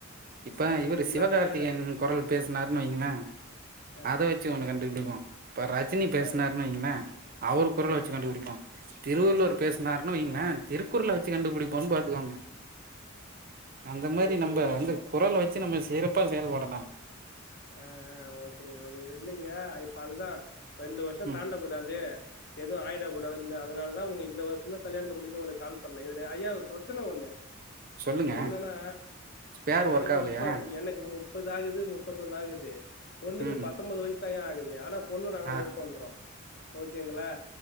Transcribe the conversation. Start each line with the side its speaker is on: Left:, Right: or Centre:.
Right: இப்ப
Left: அதுக்கு
Right: இவர்ரு
Left: இன்னாங்கய்யா
Right: சிவகார்த்திகேயன் கொரல் பேசினாருன் வைங்களே
Left: ஆ
Right: அத வச்சு ஒன்னு கண்டுபிடிப்போ இப்ப ரஜினி பேசு
Left: ஆ
Right: ன வைங்களே அவரு கொரல
Left: ஆ
Right: வச்சி கண்டுபுடிப்போ திருவள்ளுவர் பேசுனார்னு வைங்களே திருக்குறல வச்சு கண்டுபுடிப்போன் பாத்துக்கோங்க அந்த மாரி
Left: ஓகேங்கய்யா
Right: நம்ப வந்து குரல வச்சு நம்ம சிறப்பா செயல்படலா
Left: ஆ ஓகேங்க ஓகே இல்லைங்க இப்ப அதுதா ரெண்டு வருஷோ
Right: ம்
Left: தாண்ட கூடாது எதுவு ஆயிட கூடாதுன் அதனாலதா உங்க இந்த வருஷமே கல்யாணத்த முடிக்கனு உனக்கு கால் பண்ணே இதுல ஐயா ஒரு பிரெச்சன ஒண்ணு
Right: சொல்லுங்க
Left: என்னன்னா
Right: ஸ்பேர் ஒர்க்
Left: எனக்கு
Right: ஆவலையா
Left: முப்ப எனக்கு முப் முப்பது ஆகுது முப்பத்தொன்னு ஆகுது பொண்ணுக்கு
Right: ம்
Left: பத்தொன்பது வயசு தாயா ஆகுது ஆனா பொண்ணு நானு
Right: ஆ
Left: லவ் பண்றோ ஓகேங்களா